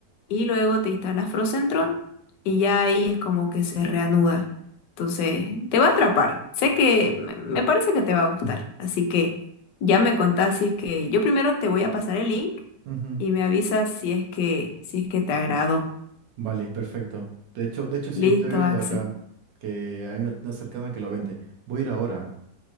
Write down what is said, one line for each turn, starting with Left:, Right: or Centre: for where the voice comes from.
Left: y luego te instalas Frozen Throne, y ya ahí es como que se reanuda. Entonces, te va a atrapar. Sé que me me parece que te va a gustar. Así que ya me contás si es que yo primero te voy a pasar el link
Right: Ujú.
Left: y me avisas si es que, si es que te agradó.
Right: Vale, perfecto. De hecho, de hecho sí,
Left: Listo,
Right: estoy viendo
Left: Axel.
Right: acá que hay una tienda cercana que lo vende. Voy a ir ahora.